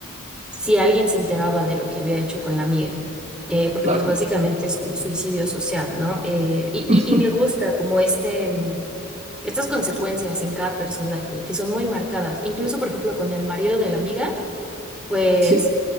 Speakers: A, in the centre; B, on the right.
A: si alguien se enteraba de lo que había hecho con la amiga. Eh, porque
B: claro.
A: pues básicamente es como suicidio social, ¿no? Eh, y, y,
B: <laughs>
A: y me gusta como este, mm, estas consecuencias en cada personaje, que son muy marcadas. Incluso, por ejemplo, con el marido de la amiga, pues
B: Sí.